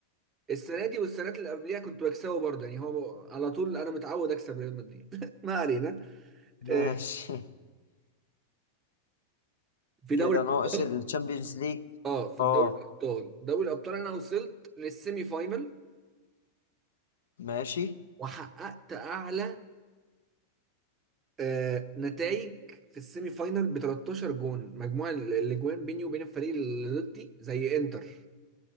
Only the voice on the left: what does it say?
<laughs> ماشي
كده
ناقص التشامبيونز ليج
اه
ماشي